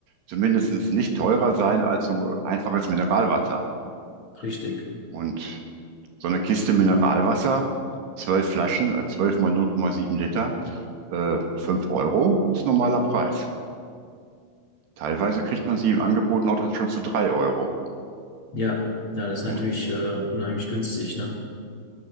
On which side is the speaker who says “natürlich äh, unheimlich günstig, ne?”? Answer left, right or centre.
Left